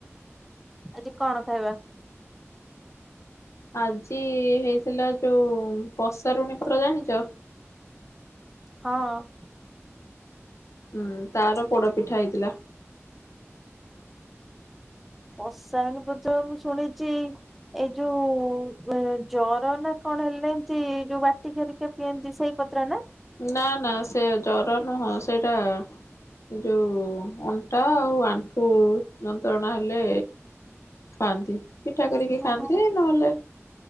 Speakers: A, in the centre; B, on the left.
A: ଆଜି କଣ ଖାଇବା?
B: ଆଜି ହେଇଥିଲା ଯୋଉ ପସାରୁଣୀ ପ-ର ଜାଣିଚ?
A: ହଁ।
B: ହୁଁ ତାର ପୋଡପିଠା ହେଇଥିଲା।
A: ପସାରୁଣୀ ପତ୍ର ମୁଁ ଶୁଣିଚି ଏଇ ଯୋଉ ଏଁ ଜର ନା କଣ ହେଲେ ଏମତି ଯୋଉ ବାଟିକି ହେରିକା ପିଅନ୍ତି ସେଇ ପତ୍ର ନା?
B: ନା ନା ସେ ଜର ନୁହଁ ସେଇଟା ଯୋଉ ଅଣ୍ଟା ଆଉ ଆଣ୍ଠୁ ଯନ୍ତ୍ରଣା ହେଲେ ଖାଆନ୍ତି ପିଠା କରିକି
A: ଓହୋ
B: ଖାଆନ୍ତି ନହେଲେ